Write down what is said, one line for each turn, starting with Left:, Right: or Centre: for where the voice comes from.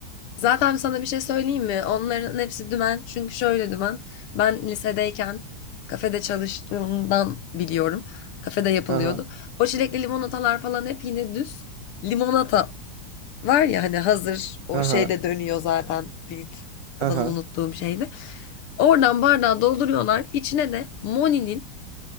Left: Zaten sana bir şey söyleyeyim mi? Onların hepsi dümen. Çünkü şöyle dümen. Ben lisedeyken kafede çalıştığımdan biliyorum. Kafede yapılıyordu.
Right: Aha.
Left: O çilekli limonatalar falan hep yine düz. Limonata var ya hani hazır o
Right: Aha,
Left: şeyde dönüyor zaten. Büyük adını
Right: aha.
Left: unuttuğum şeyde. Oradan bardağı dolduruyorlar. İçine de Moni'nin